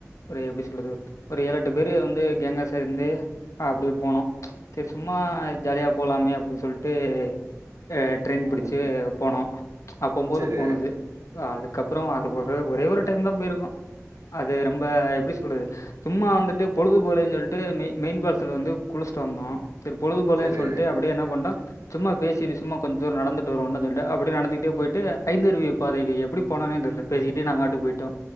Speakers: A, on the left (about 70°); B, on the right (about 90°).
A: ஒரு எப்டி சொல்றது ஒரு ஏழெட்டு பேரு வந்து கேங்கா சேர்ந்து அப்டியே போனோ சரி சும்மா ஜாலியா போலாமே அப்டின் சொல்ட்டு அ ட்ரெயின்
B: ம்
A: புடிச்சு போனோ அப்பம் போது
B: சரி
A: போனது அ அதுக்கப்புறொ அது ஒரு ஒரே ஒரு டைம்தா போயிருக்கோ அது ரொம்ப எப்டி சொல்றது சும்மா வந்துட்டு பொழுதுபோலன் சொல்ட்டு மெயி மெயின் ஃபால்ஸ்ல வந்து குளிச் ச்ட்டு வந்தோ செரி பொழுதுபோலயேன்
B: சரி
A: சொல்ட்டு அப்டியே என்ன பண்ணோ சும்மா பேசிட்டு சும்மா கொஞ் தூரோ நடந்துட்டு வருவோன் சொல்டு அப்டியே நடந்துட் டு போயிட்டு ஐந்தருவி பாதைக்கு எப்டி போனோனே தெர்ல பேசிக்கிட்டு நாங்காட்டுக்கு போயிட்டோ